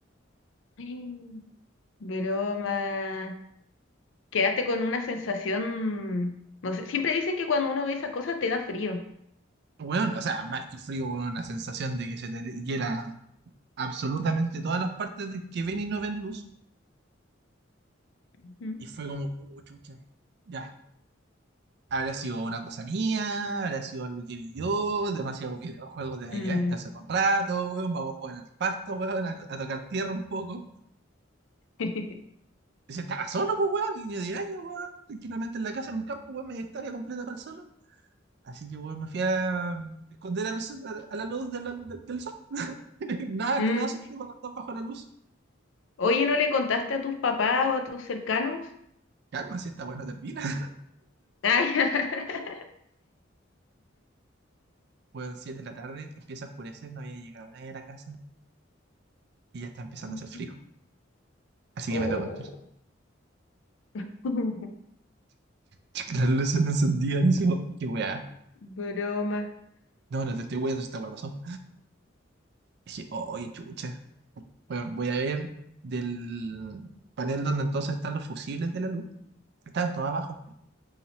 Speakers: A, on the left (about 70°); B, on the right (about 55°).
A: Mm, Broma. Quedaste con una sensación, no sé, siempre dicen que cuando uno ve esas cosas te da frío.
B: weón, o sea, más que frío, weón, la sensación de que se te hiela absolutamente todas las partes de que ven y no ven luz.
A: Ujú.
B: Y fue como, uh, chucha, ya, ¿Habrá sido una cosa mía? ¿Habrá sido algo que vi yo? Demasiados videojuegos, debería
A: Mm.
B: descansar un rato, weón. Vamos a jugar al pasto, weón, a, a tocar tierra un poco.
A: <laughs>
B: Y se estaba solo, pues, weón, niño de año, weón. Tranquilamente en la casa, en un campo, weón, media hectárea completa para el solo. Así que, weón, me fui a esconder a, los- a- a la luz de la- de- del sol. <laughs> Nada,
A: Mm.
B: te da susto cuando estás bajo la luz.
A: Oye, ¿no le contaste a tus papás o a tus cercanos?
B: Calma, si esta bueno termina. <laughs>
A: Ay, <laughs>
B: Weón, siete de la tarde, empieza a oscurecer, no había llegado nadie a la casa y ya está empezando
A: Ujú.
B: a hacer frío. Así
A: oh,
B: que me tocó entrar.
A: <laughs>
B: <laughs> Las luces no encendían. Y digo, qué weá.
A: broma.
B: No, no te estoy weando, esta weá pasó. dije, "Oh, oye, chucha. Bueno, voy a ver del panel donde entonces están los fusibles de la luz. Estaban todos abajo,